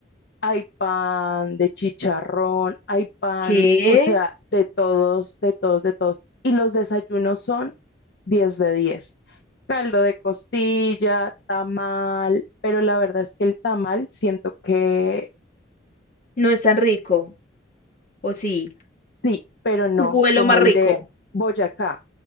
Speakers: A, on the left (about 55°); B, on the left (about 40°).
A: hay pan de chicharrón, hay pan,
B: que
A: o sea, de todos, de todos, de todos. Y los desayunos son 10 de 10. Caldo de costilla, tamal, pero la verdad es que el tamal siento que
B: no es tan rico, o sí.
A: sí, pero no,
B: Vuelo
A: como
B: más
A: el
B: rico.
A: de Boyacá.